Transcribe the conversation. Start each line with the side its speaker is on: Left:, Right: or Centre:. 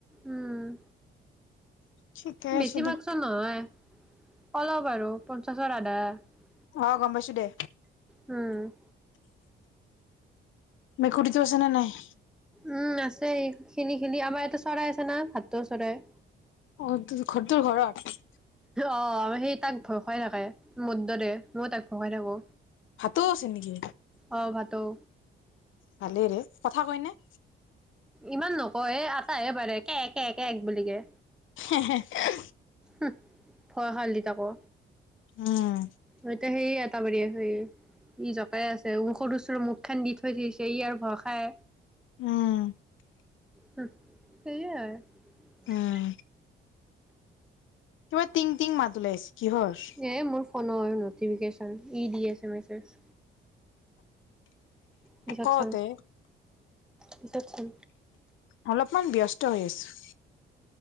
Centre: উম',
Left: ঠিকে
Centre: বেছি
Left: আছে
Centre: মাৰ্কসৰ
Left: দে
Centre: নহয়। অলপ আৰু পঞ্চাশৰ আধা ব <unintelligible>
Left: অ', গম পাইছো দে।
Centre: উম',
Left: মেকুৰীটো আছে নে নাই?
Centre: উম ', আছে স খিনি খিনি আমাৰ ইটো চৰাই আছে না ভাতটো চৰাই।
Left: অ', তোৰ ঘৰতোৰ ঘৰত
Centre: অ সেই তাক ভসাই থাকে মদ দে মই তাক ভ খাই থাকো।
Left: ভাটৌ আছে নেকি?
Centre: অ ভাটৌ
Left: ভালেই ৰে কথা কয়নে?
Centre: ইমান নকয় এ ', আটাহে পাৰে কে- কে - কে বুলি কে',
Left: হে - হে - হে - হে
Centre: হম ', ভয় হাল দি তাকৌ
Left: উম
Centre: ভয়তে সেই আটা বাৰ আছে ই জকাই আছে, ওষধ ওচৰ মুখ খন দি থৈ থৈছে ই আৰু ভয় খাই।
Left: উম',
Centre: হহ ', সেইয়া <unintelligible>
Left: উম কিবা, টিং-টিং মাত ওলাইছে কিহৰ?
Centre: এ মোৰ ফোনৰ ন'টিফিকেশ্যন ই দি আছে মেছেজ পিছত
Left: কওঁতে,
Centre: চাম পিছত চাম
Left: অলপমান ব্যস্ত হৈ আছো। <unintelligible>